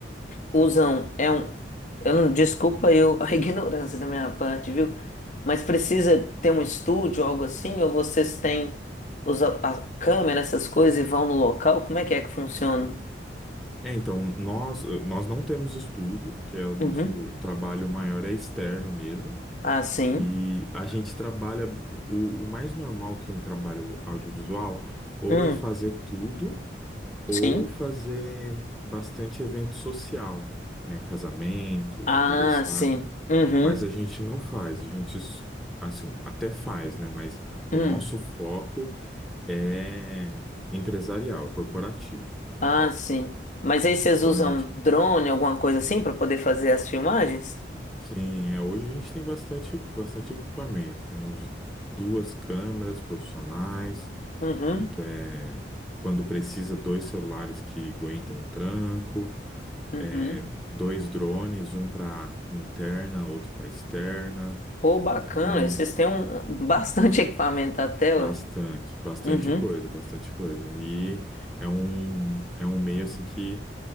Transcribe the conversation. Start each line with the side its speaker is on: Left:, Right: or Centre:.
Left: usam. É um Eu não, desculpa eu, a <laughs> ignorância da minha parte, viu? Mas precisa ter um estúdio, algo assim, ou vocês têm os, a, a câmera, essas coisas e vão no local? Como é que é que funciona?
Centre: É, então, nós, nós não temos estúdio, porque é o nosso
Left: Uhum.
Centre: trabalho maior é externo mesmo.
Left: Ah, sim.
Centre: E a gente trabalha, o, o mais normal quem trabalha o audiovisual, ou
Left: Hum,
Centre: é fazer tudo,
Left: sim.
Centre: ou fazer bastante evento social, né, casamento,
Left: Ah,
Centre: aniversário,
Left: sim. Uhum.
Centre: mas a gente não faz, a gente, s- assim, até faz, né, mas o
Left: Hum.
Centre: nosso foco é empresarial, corporativo,
Left: Ah, sim. Mas aí
Centre: né?
Left: vocês
Centre: Então
Left: usam
Centre: a gente,
Left: drone, alguma coisa assim, para poder fazer as filmagens?
Centre: sim, é, hoje a gente tem bastante, bastante equipamento, temos duas câmeras profissionais,
Left: Uhum.
Centre: é, quando precisa, dois celulares que aguentam o tranco,
Left: Uhum.
Centre: é, dois drones, um para interna, outro para externa.
Left: Pô, bacana.
Centre: É,
Left: Aí Vocês têm um, bastante <laughs> equipamento até,
Centre: bastante,
Left: ué.
Centre: bastante
Left: Uhum.
Centre: coisa, bastante coisa. E é um, é um meio assim que